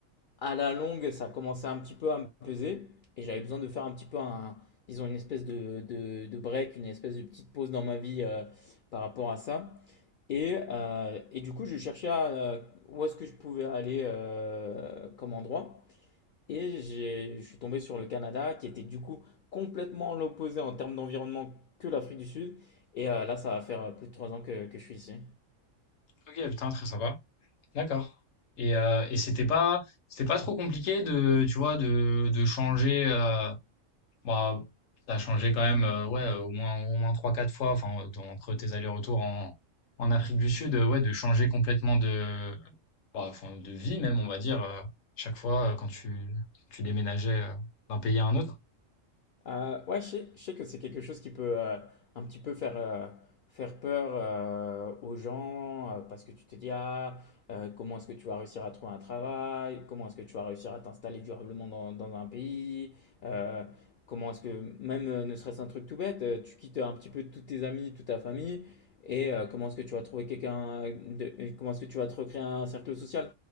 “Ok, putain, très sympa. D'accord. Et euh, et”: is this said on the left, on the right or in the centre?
Left